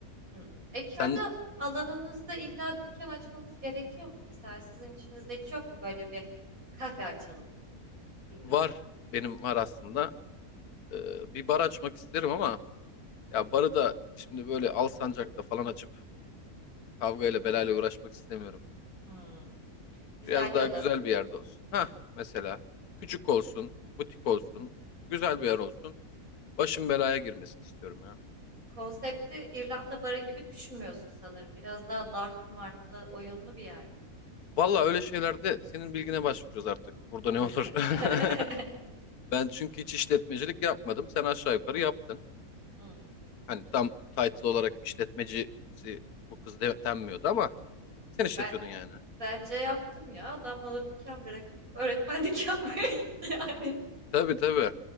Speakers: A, on the right; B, on the left.
A: Hmm. E kendi
B: Sen
A: alanınızda illa dükkan açmanız gerekiyor mu? Mesela sizin içinizde hiç yok mu böyle bir kafe açalım? Bilmiyorum.
B: var. Benim var aslında. Ee, bir bar açmak isterim ama Ya barı da şimdi böyle Alsancak'ta falan açıp kavgayla belayla uğraşmak istemiyorum.
A: Hmm. Güzel
B: Biraz
A: yalı.
B: daha güzel bir yerde olsun. Hah mesela küçük olsun, butik olsun, güzel bir yer olsun. Başım belaya girmesin istiyorum ya.
A: Konsepti İrlanda barı gibi düşünmüyorsun sanırım. Biraz daha dartlı martlı oyunlu bir yer mi?
B: Valla öyle şeylerde senin bilgine başvuracağız artık. Burada
A: <laughs>
B: ne olur? <laughs> Ben çünkü hiç işletmecilik yapmadım. Sen aşağı yukarı yaptın.
A: Hmm.
B: Hani tam title olarak işletmecisi bu kız de- denmiyordu ama sen işletiyordun
A: Ben
B: yani.
A: Bence yaptım ya. Adam bana dükkan bırakıp öğretmenlik <laughs> yapmaya gitti yani.
B: Tabii tabii.